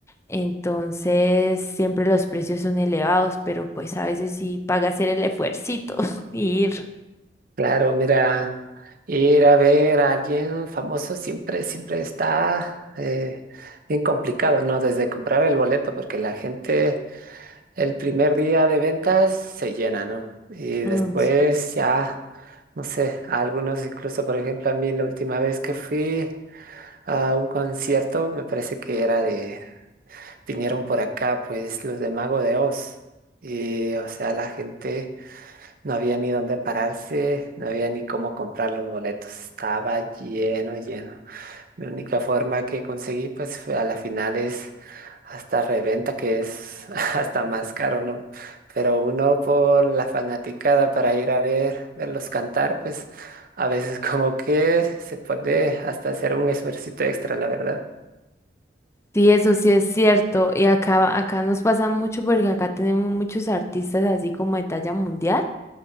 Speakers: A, on the left; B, on the right.
A: entonces siempre los precios son elevados, pero pues a veces sí paga hacer el esfuercito <laughs> y ir.
B: Claro, mira, ir a ver a alguien famoso siempre, siempre está eh, bien complicado, ¿no? Desde comprar el boleto, porque la gente el primer día de ventas se llena, ¿no? Y después
A: Mm. sí.
B: ya, no sé, a algunos incluso, por ejemplo, a mí la última vez que fui a un concierto, me parece que era de... vinieron por acá, pues los de Mago de Oz. Y, o sea, la gente no había ni dónde pararse, no había ni cómo comprar los boletos. Estaba lleno, lleno. Mi única forma que conseguí, pues, fue a la final es hasta reventa, que es <laughs> hasta más caro, ¿no? Pero uno por la fanaticada para ir a ver, verlos cantar, pues, a veces como que se puede hasta hacer un esfuercito extra, la verdad.
A: Sí, eso sí es cierto. Y acá, acá nos pasa mucho porque acá tenemos muchos artistas así como de talla mundial.